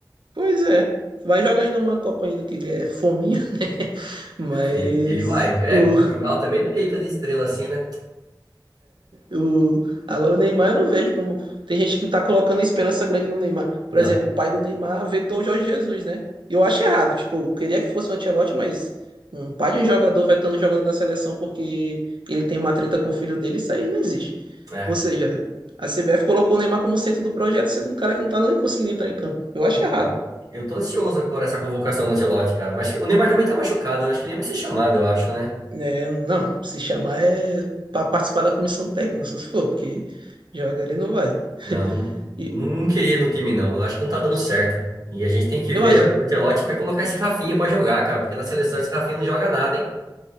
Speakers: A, on the right; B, on the right.
A: Pois é. Vai jogar ainda uma Copa ainda, que ele é fominha, <laughs> né? Mas
B: Ele, ele vai, é,
A: o,
B: Portugal também não tem tanta estrela assim, né?
A: O... Agora o Neymar eu não vejo como. Tem gente que tá colocando esperança grande no Neymar.
B: Não,
A: Por exemplo, o pai do Neymar vetou o Jorge Jesus, né? E eu acho errado. Tipo, eu queria que fosse o Ancelotti, mas um pai de um jogador vetando o jogador da seleção porque ele tem uma treta com o filho dele, isso aí não existe.
B: é,
A: Ou seja, a CBF colocou o Neymar como centro do projeto, sendo um cara que não tá nem conseguindo entrar em campo. Eu acho
B: então,
A: errado.
B: eu tô ansioso por essa convocação do Ancelotti, cara, mas o Neymar também tá machucado, né? Acho que nem vai ser chamado, eu acho, né?
A: É, não, se chamar é para participar da comissão técnica, só se for, porque joga ele não vai.
B: Não, não
A: E
B: não queria ir no time, não, eu acho que não tá dando certo. E a gente tem que
A: eu
B: ver,
A: acho.
B: o Ancelotti vai colocar esse Rafinha pra jogar, cara, porque na seleção esse Rafinha não joga nada, hein?